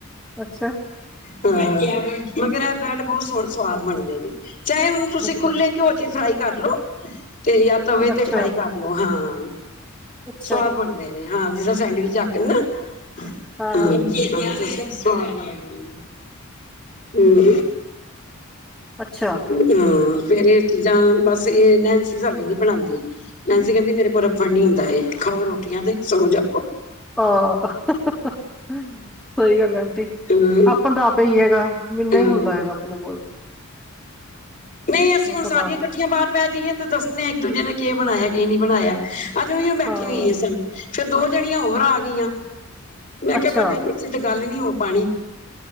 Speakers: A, in the centre; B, on the left.
A: ਅੱਛਾ।
B: ਹਾਂ ਮਗਰ ਇਹ ਬ੍ਰੈਡ ਬਹੁਤ ਸਵਾਦ ਬਣਦੇ ਨੇ ਚਾਹੇ ਹੁਣ ਤੁਸੀਂ
A: ਅੱਛਾ
B: ਖੁੱਲੇ ਘਿਓ ਚੀ ਫਰਾਈ ਕਰ ਲੋ ਤੇ ਜਾਂ ਤਵੇ ਤੇ
A: ਅੱਛਾ
B: ਫਰਾਈ ਕਰ ਲੋ ਹਾਂ,
A: ਅੱਛਾ
B: ਸਵਾਦ ਬਣਦੇ ਨੇ ਹਾਂ ਜਿਸਦਾਂ ਸੈਂਡਵਿਚ ਆਖਣ ਨਾ ਹ
A: ਹਾਂ
B: ਹਮ ਸਵਾਦ ਬਣਦੇ ਨੇ ਹਮ
A: ਅੱਛਾ
B: ਹਮ ਫੇਰ ਇਹ ਚੀਜ਼ਾਂ ਬਸ ਇਹ ਨੈਨਸੀ ਸਾਡੀ ਨੀ ਬਣਾਉਂਦੀ, ਨੈਨਸੀ ਕਹਿੰਦੀ ਮੇਰੇ ਕੋਲ ਰੱਫੜ ਨੀ ਹੁੰਦਾ ਖਾਓ ਰੋਟੀਆਂ ਤੇ ਸੋ ਜਾਓ
A: ਆਹ ਸਹੀ ਗੱਲ ਆਂਟੀ
B: ਹਮ
A: ਆਪਾਂ ਦਾ ਆਪ ਹੀ ਹੈਗਾ। ਮੈਨੂੰ
B: ਹਮ
A: ਹੀ ਹੁੰਦਾ ਹੈਗਾ ਆਪਣੇ ਕੋਲ।
B: ਨਹੀਂ ਅਸੀਂ
A: ਆਪਾਂ
B: ਹੁਣ ਸਾਰੀਆਂ
A: ਤਾਂ ਆਪ
B: ਇਕੱਠੀਆਂ ਬਾਹਰ ਬਹਿ ਜਾਈਏ ਤੇ ਦੱਸਦੇ ਹਾਂ ਇੱਕ ਦੂਜੇ ਨੇ ਕੀ ਬਣਾਇਆ ਕਿ ਨਹੀਂ ਬਣਾਇਆ। ਅੱਜੇ ਉਹੀ ਉਹ ਬੈਠੇ
A: ਹਾਂ
B: ਹੋਈ ਹੈ ਸਨ ਫੇਰ ਦੋ ਜਣੀਆਂ ਹੋਰ ਆ ਗਈਆਂ ਮੈਂ ਕਿਹਾ
A: ਅੱਛਾ
B: ਬਨਿਆ ਤੇ ਗੱਲ ਨੀ ਹੋ ਪਾਣੀ